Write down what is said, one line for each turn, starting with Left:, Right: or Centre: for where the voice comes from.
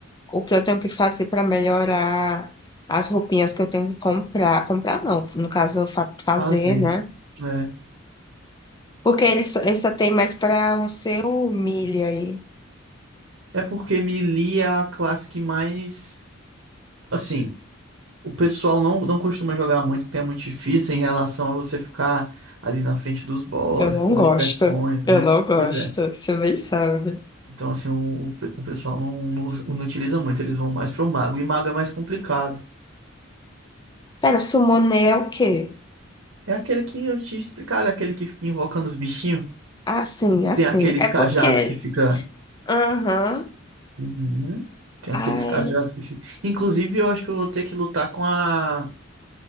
Left: o que eu tenho que fazer para melhorar as roupinhas que eu tenho que comprar. Comprar não, no caso eu fa- fazer,
Right: Fazer.
Left: né?
Right: É.
Left: Porque eles, eles só tem mais para o seu milha aí.
Right: É porque melee é a classe que mais assim O pessoal não, não costuma jogar muito porque é muito difícil em relação a você ficar ali na frente dos bosses,
Left: Eu não
Right: dos
Left: gosto,
Right: chefões, né?
Left: eu não gosto,
Right: Pois é.
Left: você nem sabe.
Right: Então, assim, o, o pe- o pessoal não, não, usa- não utiliza muito, eles vão mais pro mago. E mago é mais complicado.
Left: Pera, summoner é o quê?
Right: É aquele que eu te explicar, é aquele que fica invocando os bichinhos.
Left: Assim, assim.
Right: Tem aqueles
Left: É
Right: cajados
Left: porque,
Right: que fica.
Left: aham,
Right: Uhum. Tem
Left: ai,
Right: aqueles cajados que fica. Inclusive, eu acho que eu vou ter que lutar com a,